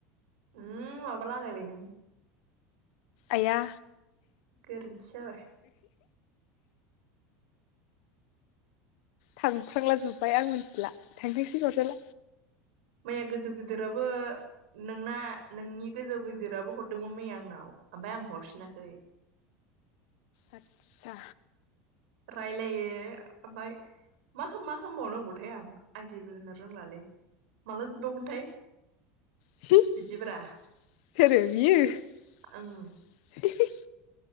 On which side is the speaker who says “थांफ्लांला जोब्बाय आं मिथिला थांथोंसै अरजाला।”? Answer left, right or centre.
Left